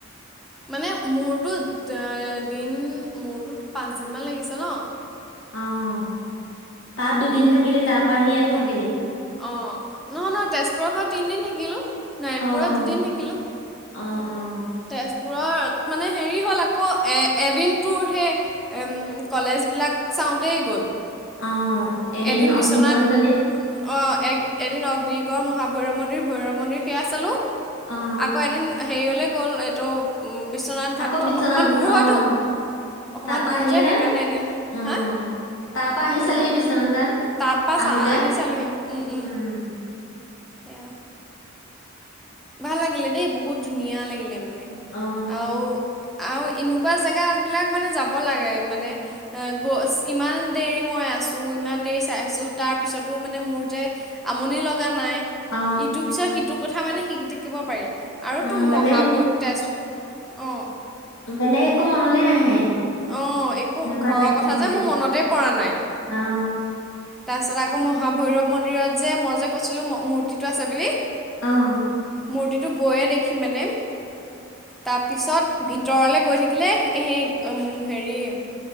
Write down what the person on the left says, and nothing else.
অঁ তাত
দুদিন থাকিলি তাৰ পৰা আহি ইয়াত থাকিলি।
অঁ,
অঁ অঁ।
অ
অগ্নিগড়
চালি
অ
আকৌ
বিশ্বনাথ
অ
তাৰপা
আহিহে
উম
তাৰ পৰা আহি
চালিহি বিশ্বনাথ ঘাট
আহোতে
উম।
অ
অ
অ
বেলেগ
বেলেগ একো মনলে নাহে।
এনেকুৱা
ঠাইত
থাকিলে
অ
অঁ।